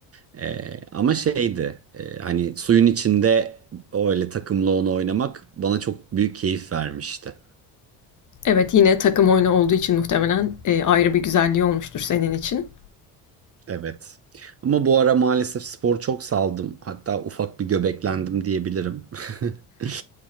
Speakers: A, on the right (about 30°); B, on the left (about 40°).
A: Ee, ama şeydi e, hani suyun içinde öyle takımla onu oynamak bana çok büyük keyif vermişti.
B: Evet yine takım oyunu olduğu için muhtemelen e, ayrı bir güzelliği olmuştur senin için.
A: Evet. Ama bu ara maalesef spor çok saldım. Hatta ufak bir göbeklendim diyebilirim. <laughs>